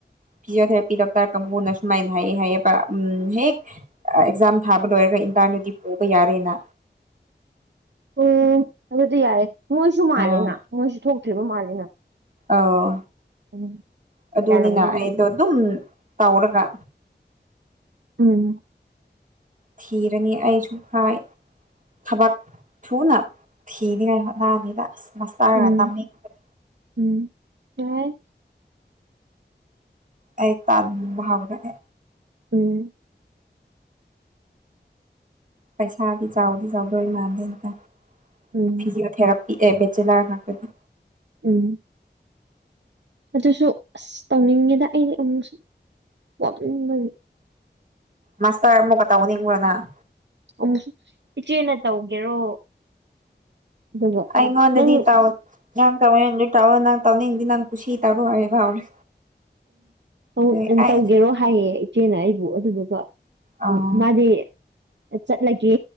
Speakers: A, on the right; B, on the right.
A: ꯐꯤꯖꯤꯌꯣꯊꯦꯔꯥꯄꯤ ꯗꯣꯛꯇꯔ ꯀꯥꯡꯕꯨꯅ ꯁꯨꯃꯥꯏꯅ ꯍꯥꯏꯌꯦ ꯍꯥꯏꯌꯦꯕ ꯎꯝ ꯍꯦꯛ ꯑꯦꯛꯖꯥꯝ ꯊꯥꯕ ꯂꯣꯏꯔꯒ ꯏꯟꯇ꯭ꯔꯟꯗꯨꯗꯤ ꯄꯨꯕ ꯌꯥꯔꯦꯅ
B: ꯑꯣ ꯑꯗꯨꯗꯤ ꯌꯥꯔꯦ ꯃꯣꯏꯁꯨ ꯃꯥꯜꯂꯦꯅ
A: ꯑꯥ
B: ꯃꯣꯏꯁꯨ ꯊꯣꯛꯇ꯭ꯔꯤꯕ ꯃꯥꯜꯂꯦꯅ
A: ꯑꯧ
B: ꯎꯝ
A: ꯑꯗꯨꯅꯤꯅ
B: ꯌꯥꯔꯝꯅꯤ ꯑꯗꯨꯗꯤ
A: ꯑꯩꯗꯣ ꯑꯗꯨꯝ ꯇꯧꯔꯒ
B: ꯎꯝ
A: ꯊꯤꯔꯅꯤ ꯑꯩꯁꯨ ꯍꯥꯏ ꯊꯕꯛ ꯊꯨꯅ ꯊꯤꯅꯤꯡꯉꯥꯏ ꯍꯣꯠꯅꯅꯤꯗ ꯑꯁ ꯃꯥꯁꯇ꯭ꯔꯒ
B: ꯎꯝ
A: ꯇꯝꯅꯤꯡꯗ꯭ꯔꯦ
B: ꯎꯝ ꯌꯥꯥꯏ
A: ꯑꯩ ꯇꯥꯟꯕꯥꯍꯧꯔꯒꯦ
B: ꯎꯝ
A: ꯄꯩꯁꯥꯗꯤ ꯆꯥꯎꯗꯤ ꯆꯥꯎꯗꯣꯏ ꯃꯥꯟꯂꯦꯗꯦ
B: ꯎꯝ
A: ꯐꯤꯖꯤꯌꯣꯊꯦꯔꯥꯄꯤ ꯑꯦ ꯕꯦꯠꯆꯦꯂꯥꯔ ꯉꯥꯛꯇꯅꯤ
B: ꯎꯝ ꯑꯗꯨꯁꯨ ꯑꯁ ꯇꯧꯅꯤꯡꯉꯦꯗ ꯑꯩꯗꯤ ꯑꯃꯨꯛꯁꯨ ꯋꯥꯃꯟꯕꯒꯤ
A: ꯃꯥꯁꯇꯔ ꯑꯃꯨꯛꯀ ꯇꯧꯅꯤꯡꯕ꯭ꯔꯣ ꯅꯪ
B: ꯑꯃꯨꯛꯁꯨ ꯏꯆꯦꯅ ꯇꯧꯒꯦꯔꯣ ꯑꯗꯨꯒ
A: ꯑꯩꯉꯣꯟꯗꯗꯤ
B: ꯅꯪ
A: ꯇꯧ ꯅꯪ ꯇꯧꯅꯤꯡꯉꯥꯗꯤ ꯇꯧꯋꯣ ꯅꯪ ꯇꯧꯅꯤꯡꯉꯥꯗꯤ ꯅꯪ ꯀꯨꯁꯤ ꯇꯔꯣ ꯍꯥꯏꯕꯥ ꯍꯧꯔꯦ
B: ꯎꯝ
A: ꯑꯗꯨꯒꯤ ꯑꯩ
B: ꯇꯧꯒꯦꯔꯣ ꯍꯥꯏꯌꯦ ꯏꯆꯦꯅ ꯑꯩꯕꯨ ꯑꯗꯨꯒꯀꯣ
A: ꯑꯥ
B: ꯎꯝ ꯃꯥꯗꯤ ꯑꯥ ꯆꯠꯂꯒꯦ